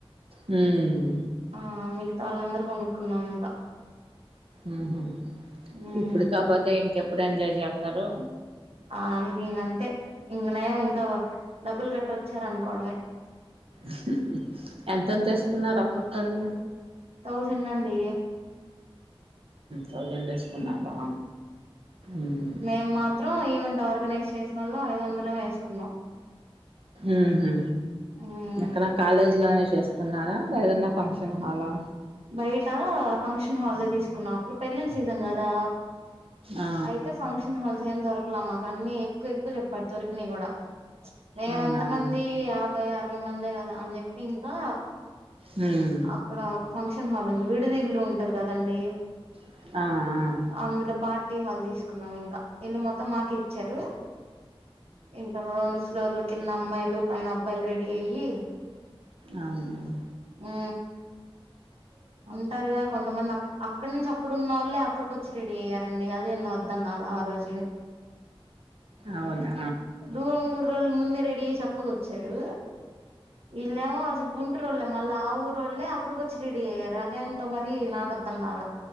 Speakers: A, on the right (about 70°); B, on the right (about 90°).
A: హ్మ్మ్
B: ఆ మిగతావాళ్ళు అందరం కొనుక్కున్నాం ఇంక
A: ఉ హు
B: ఉమ్
A: ఇప్పుడు కాకపోతే ఇంకెప్పుడు ఎంజాయ్ చేస్తారు
B: అల్ ఇంక్ అంతే ఇంకనయం డబ్బులు కట్టి వచ్చారు అనుకోవడమే
A: హు ఎంతెంత వేసుకున్నారు ఒక్కొక్కల్లు
B: థౌజండ్ అండి
A: థౌజండ్ వేసుకున్నారా ఉమ్
B: మేము మాత్రం ఈవెంట్ ఆర్గనైజ్ చేసిన వాళ్ళ ఐదువందలే వేసుకున్నాం
A: ఉహు
B: మ్మ్
A: ఎక్కడ కాలేజ్ లోనే చేసుకున్ ఉన్నారా ఏదైనా ఫంక్షన్ హాలా
B: బయట ఫంక్షన్ హాల్లో తీసుకున్నాం అప్పుడు పెళ్ళిల్ల సీజన్ కదా
A: ఆ
B: అయితే ఫంక్షన్ హాల్ ఏం దొరకల మాకన్నీ ఎక్కువ ఎక్కువ చెప్పడు దొరికినవి కూడ మేము
A: అవునా
B: ఎంత మంది యాభై అరవై మందే కదా అని చెప్పి ఇంకా
A: హ్మ్మ్
B: ఒక ఫంక్షన్ హాల్ లో విడిది ఇల్లు ఉంటుంది కదండి
A: ఆ అ ఆ
B: అందులో పార్టీ హాల్ తీసుకున్నాం ఇంక ఇల్లు మొత్తం మాకె ఇచ్చారు ఇంకా రెండు ఫ్లోర్లు కింద అమ్మాయిలు పైన అబ్బాయిలు రెడీ అయ్యి
A: అవునవును
B: హు ఉంటరుగా కొంతమంది అ అక్కడి నుంచి ఇక్కడున్నోళ్ళే అక్కడికి వచ్చి రెడీ అయ్యారండి అది ఎందో అర్థం కాల రోజు
A: అవునా
B: దూరం ఊర్లోలె ముందే రెడీ అయి చక్కగ వచ్చారు వీళ్లేమో అసలు గుం ఇ రోళ్ళే మళ్ళ ఆ ఊరు రోళ్ళలే అక్కడికోచ్చి రెడీ అయ్యారు అదేంటో మరి నాకు అర్ధం కాల